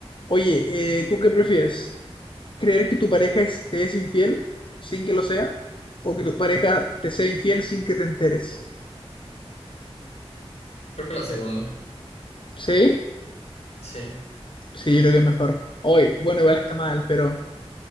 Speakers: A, on the left (about 50°); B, on the left (about 75°).
A: Oye, eh, ¿tú qué prefieres? ¿Creer que tu pareja es- te es infiel sin que lo sea? ¿O que tu pareja te sea infiel sin que te enteres?
B: creo que la segunda.
A: ¿Sí?
B: Sí.
A: Sí, yo creo que es mejor. Hoy, bueno, igual está mal, pero